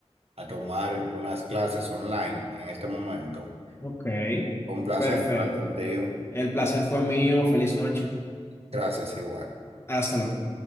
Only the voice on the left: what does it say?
Ok,
perfecto.
El placer fue mío. Feliz noche.
Hasta luego.